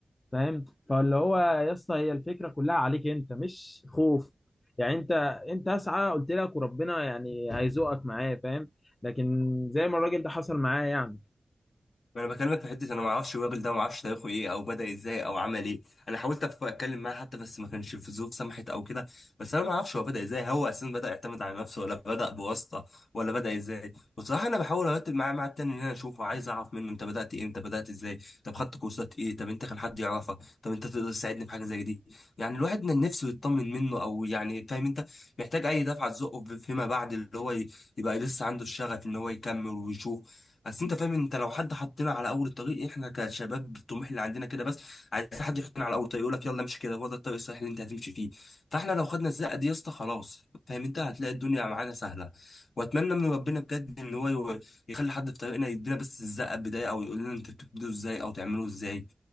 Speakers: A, on the left (about 25°); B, on the left (about 75°).
A: فاهم فاللي هو يا اسطى هي الفكره كلها عليك انت مش خوف يعني انت انت اسعى قلت لك وربنا يعني هيزوقك معايا فاهم لكن زي ما الراجل ده حصل معايا يعني
B: ما انا بكلمك في حته انا ما اعرفش الراجل ده ما اعرفش تاريخه ايه او بدا ازاي او عمل ايه انا حاولت أف- اتكلم معاه حتى بس ما كانش في ظروف سمحت او كده بس انا ما اعرفش هو بدا ازاي هو اساسا بدا يعتمد على نفسه ولا بدا بواسطه ولا بدا ازاي بصراحه انا بحاول ارتب معاه مع التاني ان انا اشوفه عايز اعرف منه انت بدات ايه انت بدات ازاي طب خدت كورسات ايه طب انت كان حد يعرفك طب انت تقدر تساعدني في حاجه زي دي يعني الواحد من نفسه يطمن منه او يعني فاهم انت محتاج اي دفعه تزقه فيما بعد اللي هو ي- يبقى لسه عنده الشغف ان هو يكمل ويشوف بس انت فاهم انت لو حد حطينا على اول الطريق احنا كشباب الطموح اللي عندنا كده بس عايز حد يحطنا على اول الطريق يقول لك يلا امشي كده هو ده الطريق الصحيح اللي انت هتمشي فيه فاحنا لو خدنا الزقه دي يا اسطى خلاص فاهم انت هتلاقي الدنيا معانا سهله واتمنى من ربنا بجد ان هو يو- يخلي حد في طريقنا يدينا بس الزقه بدايه او يقول لنا انتوا بتبدوا ازاي او تعملوا ازاي